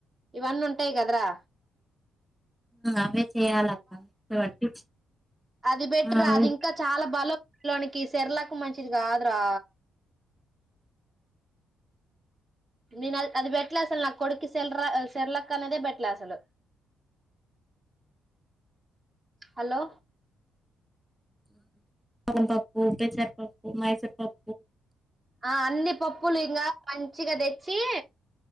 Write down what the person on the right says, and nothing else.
ఇవన్నీ ఉంటాయి కదరా
అది బెటర్
అది
ఇంకా చాలా బలం లోనికి సర్లాకు మంచిది కాదురా నేను అది పెట్లే అసలు నా కొడుకి సెర్ర చెర్లక్క అనేదే పెట్లే అసలు హలో
ఆ అన్ని పప్పులు ఇకా చ కదే చే